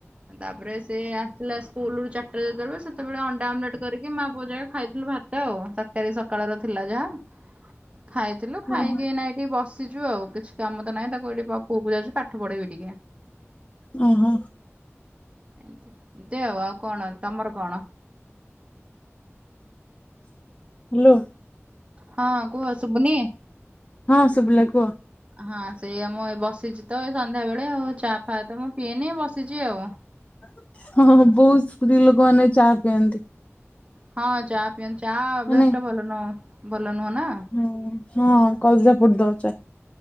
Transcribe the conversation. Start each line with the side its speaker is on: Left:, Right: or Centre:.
Right: ତାପରେ ସେ ଆ ପିଲା ସ୍କୁଲରୁ ଚାଟା ଜେତେବେଳେ ସେତେଳେ ଅନ୍ ଅଣ୍ଟା ଆବ୍ଲେଟ୍ କରିକି ମା ପୁଅ ଯା ଖାଇଥିଲୁ ଭାତ ଆଉ ତରକାରୀ ସକାଳ ର ଥିଲା ଯାହା। ଖାଇଥିଲୁ ଖାଇକି
Left: ଓହୋ
Right: ଇଁନା ଏଠି ବସିଛୁ ଆଉ କିଛି କାମ ତ ନାହିଁ ତାକୁ ଏଇଠି ପଅକୁ ଯାଉଚି ପାଠ ପଢେ ବି ଟିକେ।
Left: ହୁଁ, ହୁଁ।
Right: ଏମିତି ଯେ ଓ ଆଉ କଣ ତମର କଣ?
Left: ହାଲୋ।
Right: ହଁ, କୁହ। ସୁବୁନି?
Left: ହଁ, ସୁବିଲା କୁ
Right: ହଁ, ସେଇଆ ମୁଁ ଏ ବସିଛି ତ ଏଇ ସନ୍ଧ୍ୟା ବେଳେ ଆଉ ଚା ଫା ତ ମୁଁ ପିଏନି ବସିଛି ଆଉ।
Left: ହଁ, ହଁ, ହଁ, ବହୁତ ସ୍ତ୍ରୀ ଲୋକମାନେ ଚା ପିଅନ୍ତି।
Right: ହଁ, ଚା ପିଅନ୍ତି ଚା ଅଭ୍ୟାସ
Left: ମାନେ
Right: ଟା ଭଲ ନୁହଁ ଭଲ ନୁହଁ ନା।
Left: ହୁଁ ହଁ କଲିଜା ପୋଡିଦବ ଚା'।